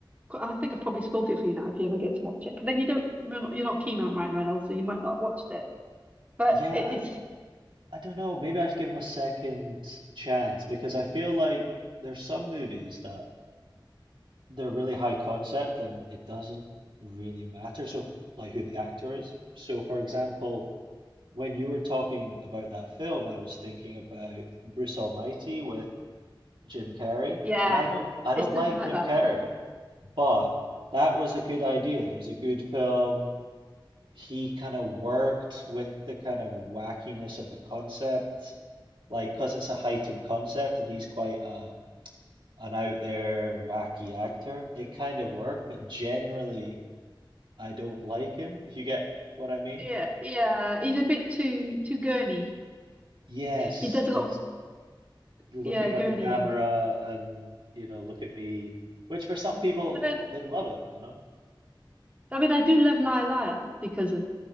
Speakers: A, on the right; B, on the right.
A: I think I've probably spoiled it for you now if you ever get to watch it. But then you don't, you're not, you're not keen on Ryan Reynolds, so you might not have watched it. But
B: Yeah,
A: it, it's,
B: I don't know. Maybe I should give them a second chance because I feel like there's some movies that they're really high concept and it doesn't really matter. So, like who the actor is. So, for example, when you were talking about that film, I was thinking about Bruce Almighty with Jim Carrey,
A: yeah,
B: and I don't I don't
A: it's
B: like
A: nothing like
B: Jim
A: that.
B: Carrey,
A: <laughs>
B: but that was a good idea. It was a good film he kind of worked with the kind of wackiness of the concept, like because it's a heightened concept and he's quite a an out there wacky actor. It kind of worked, but generally I don't like him, if you get what I mean.
A: Yeah, yeah, he's a bit too too gurney.
B: Yes,
A: He does a
B: it's
A: lot of
B: looking
A: yeah
B: at
A: gurneying.
B: the Yeah. camera and you know, look at me, which for some people
A: But then,
B: they love it, you know.
A: I mean, I do love Liar Liar because of,